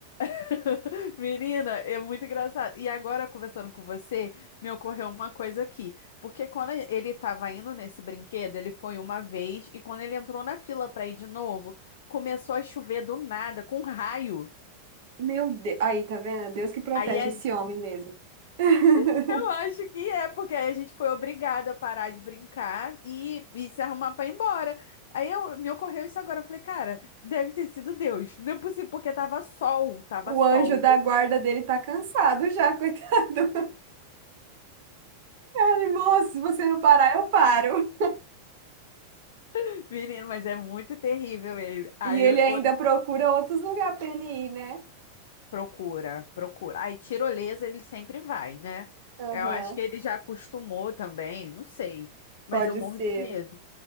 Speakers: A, on the left (about 55°); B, on the right (about 50°).
A: <laughs> Menina, é muito engraçado. E agora, conversando com você, me ocorreu uma coisa aqui. Porque quando ele estava indo nesse brinquedo, ele foi uma vez, e quando ele entrou na fila para ir de novo, começou a chover do nada, com raio.
B: Meu Deus, aí tá vendo? Deus que protege
A: Aí a-
B: esse homem mesmo. <laughs>
A: <laughs> eu acho que é, porque aí a gente foi obrigada a parar de brincar e, e se arrumar para ir embora. Aí eu, me ocorreu isso agora. Eu falei, cara, deve ter sido Deus. Não é possível, porque tava sol, tava
B: O
A: sol.
B: anjo
A: E
B: da
A: de
B: guarda dele tá cansado já, <laughs> coitado. Ele, moço, se você não parar, eu paro.
A: <laughs> Menino, mas é muito terrível ele. Aí
B: E ele ainda procura outros lugares para ele ir, né?
A: Procura, procura. Aí, tirolesa ele sempre vai, né?
B: Aham,
A: Eu acho que ele já acostumou também, não sei. Mas
B: pode
A: eu morro
B: ser.
A: de medo.